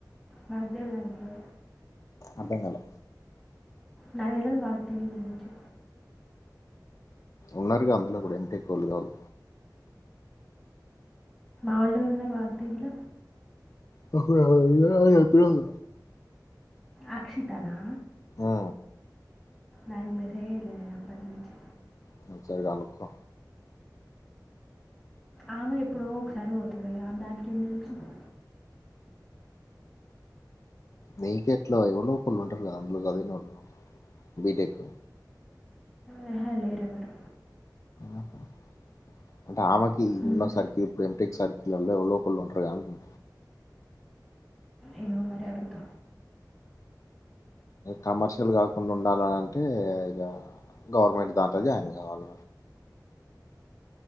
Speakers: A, in the centre; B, on the left.
A: వాగ్దేవ్ రాదిలో
B: అర్ధం కాలా
A: నాక్ తెలవదు వాగ్దేవ్ గురించి
B: ఉన్నారుగా అందులో కూడా ఎంటెక్ వాళ్ళు కాల్
A: ఆల్లెవరున్నారు వాగ్దేవిల
B: వహుయావ్ వుయావ్ ఏపీడవ్
A: అక్షితానా
B: ఆ
A: నైన్ మెసేజ్ అయినాయి అప్పట్ నుంచి
B: నీచెదనుకో
A: ఆమె ఎప్పుడో ఒకసారి పోతుంది ఇగ దానికేం తెల్సు
B: నెయకెట్లో ఎవళ్ళో ఒకళ్ళు ఉంటారు కదా అందులో చదినోళ్ళు బీటెక్
A: నాహ లేరెవ్వరు
B: ఊహు అంటే ఆమాకి ఈ విన్నో
A: ఉమ్,
B: సార్కి ఇప్పుడు ఎంటెక్ సార్కి ఎవళ్ళో ఒకళ్ళు ఉంటారు కదా అని
A: ఏమో మరి అడుగుత
B: కమర్షియల్ కాకుండా ఉండాలని అంటే ఇగ గవర్నమెంట్ దాంట్లో జాయిన్ కాళ్ల